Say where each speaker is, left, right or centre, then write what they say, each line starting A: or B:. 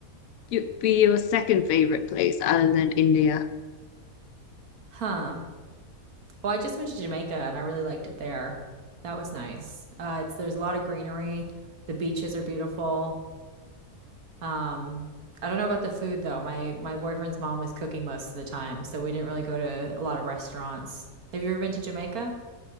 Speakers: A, on the left; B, on the right.
A: you be your second favorite place other than India?
B: Huh. Well, I just went to Jamaica and I really liked it there. That was nice. Uh, it's there's a lot of greenery. The beaches are beautiful. Um, I don't know about the food though. My my boyfriend's mom was cooking most of the time, so we didn't really go to a lot of restaurants. Have you ever been to Jamaica?